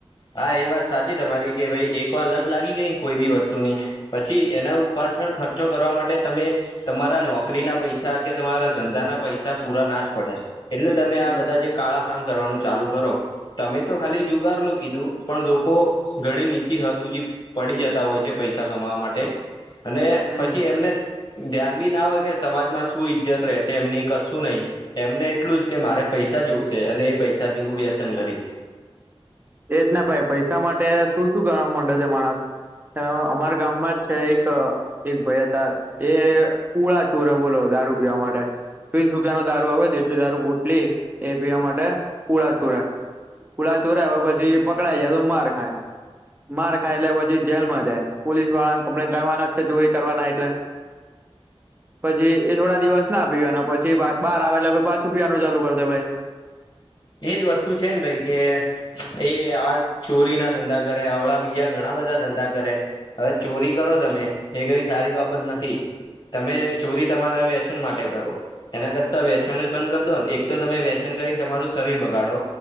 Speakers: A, on the left (about 35°); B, on the right (about 20°).
A: હા એ વાત સાચી તમારી કે ભાઈ એક વાર ન જ લાગી ગઈ કોઈ બી વસ્તુ ની. પછી એના પાછળ ખર્ચો કરવા માટે તમે. તમારા નોકરી ના પૈસા કે તમારા ધંધા ના પૈસા પૂરા ના જ પડે. એટલે તમે
B: હમ
A: આ બધા જે કાળા કામ કરવાનું ચાલુ કરો તમે તો ખાલી જુગાર નું. કીધું પણ લોકો ઘણી નીચી હદ હુંધી પડી જતા હોય છે પૈસા કમાવા માટે અને
B: હમ
A: પછી એમને ધ્યાન બી ના હોય કે સમાજમાં શું ઈજ્જત રહેશે એમની કશું નહી. એમને એટલું જ કે મારે પૈસા જોવશે અને એ પૈસાથી હું વ્યસન કરીશ.
B: એજ ને ભાઈ પૈસા માટે શું શું કરવા માંડે છે માણસ. તેવ અમારા ગામમાં જ છે એક એક ભાઈ હતા, એ પુળા ચોર બોલો દારૂ પીવા માટે. વીસ રૂપિયાનો દારૂ આવે દેશી દારૂ બુટલી એ પીવા માટે પુળા ચોરે, પુળા ચોરા હો પછી પકડાઈ જાય તો માર ખાય. માર ખાય એટલે પછી જેલમાં જાય, પોલીસ વાળાને કમ્પ્લેન કરવાના જ છે ચોરી કરવાના એટલે. <inaudible> પછી એ થોડા દિવસ ના પીવાના પછી બહાર બાર આવે એટલે પહ્ પાછું પીવાનું ચાલુ કરતા દે ભાઈ.
A: એજ વસ્તુ છે ને ભાઈ કે એ આ ચોરીના ધંધા કરે, હવળા બીજા ઘણા બધા ધંધા કરે હવે ચોરી કરો તમે એ કઈ સારી બાબત નથી તમે જે ચોરી તમારા વ્યસન માટે કરો એના કરતા
B: હમ
A: વ્યસન જ બંધ કર દો ને, એક તો તમે વ્યસન કરીને તમારું શરીર બગાડો,